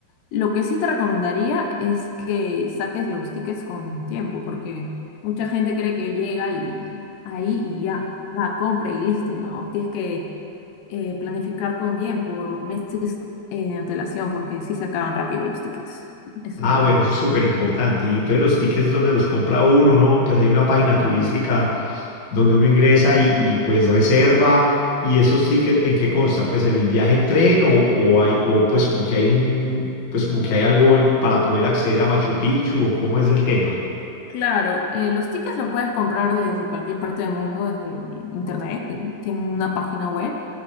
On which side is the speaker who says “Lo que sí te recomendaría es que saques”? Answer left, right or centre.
Left